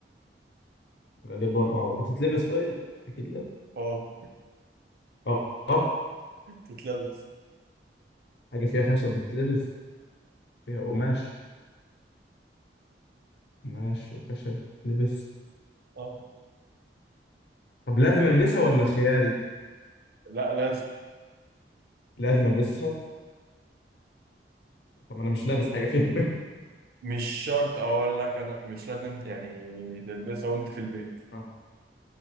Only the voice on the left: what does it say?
غالبا اه بتتلبس طيب؟ أكيد لا
اه اه
حاجة فيها خشب بتتلبس فيها قماش قماش وخشب بتتلبس
طب لازم ألبسها ولا خياري؟
لازم ألبسها طب أنا مش لابس حاجة فيها
<laughs>